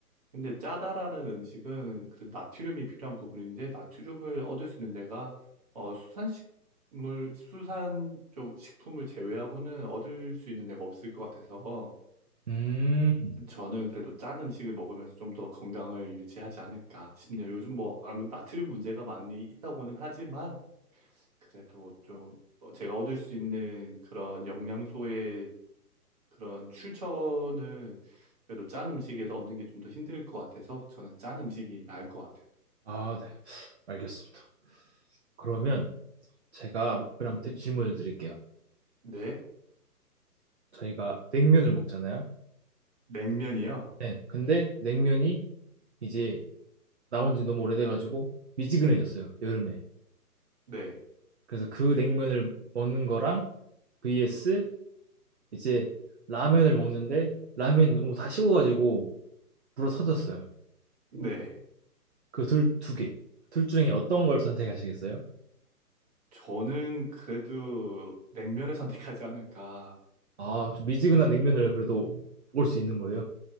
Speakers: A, on the right; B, on the right.
A: 근데 짜다라는 음식은 그래도 나트륨이 필요한 부분인데, 나트륨을 얻을 수 있는 데가 어, 수산식물, 수산 쪽 식품을 제외하고는 얻을 수 있는 데가 없을 것 같아서,
B: 음,
A: 저는 그래도 짠 음식을 먹으면서 좀 더 건강을 유지하지 않을까 싶네요. 요즘 뭐, 안 그래도 나트륨 문제가 많이 있다고는 하지만, 그래도 좀 어, 제가 얻을 수 있는 그런 영양소의 그런 출처는 그래도 짠 음식에서 얻는 게 좀 더 힘들 것 같아서 저는 짠 음식이 나을 것 같아요.
B: 아, 네. 알겠습니다. 그러면 제가 그럼 대- 질문을 드릴게요.
A: 네?
B: 저희가 냉면을 먹잖아요.
A: 냉면이요?
B: 네. 근데 냉면이 이제 나온 지 너무 오래돼가지고 미지근해졌어요, 여름에.
A: 네.
B: 그래서 그 냉면을 먹는 거랑 vs 이제 라면을 먹는데 라면이 너무 다 식어가지고 불어 터졌어요.
A: 네.
B: 그 둘, 두 개. 둘 중에 어떤 걸 선택하시겠어요?
A: 저는 그래도 냉면을 선택하지 <laughs> 않을까.
B: 아, 좀 미지근한 냉면을 그래도 먹을 수 있는 거예요?